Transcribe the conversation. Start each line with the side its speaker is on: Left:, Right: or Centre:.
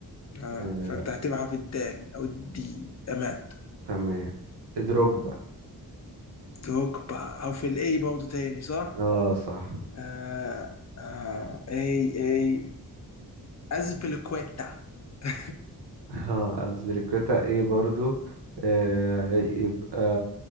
Left: اه
Right: آه.
Left: فانت هتبقى حرف الدال او الدي اماد
Right: تمام دروجبا
Left: دروكبا حرف الاي برضه تاني صح؟
Right: اه صح
Left: آه آه اي اي ازبلكويتا <laughs>
Right: اه أزبيليكويتا ايه برضو آه يبقى